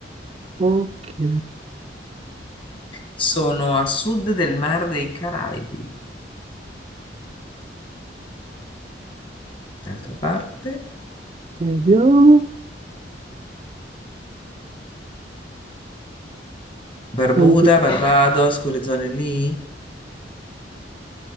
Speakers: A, on the right (about 30°); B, on the left (about 30°).
A: ok,
B: Sono a sud del Mar dei Caraibi. D'altra parte.
A: vediamo.
B: Barbuda,
A: And-
B: Barbados, quelle zone lì?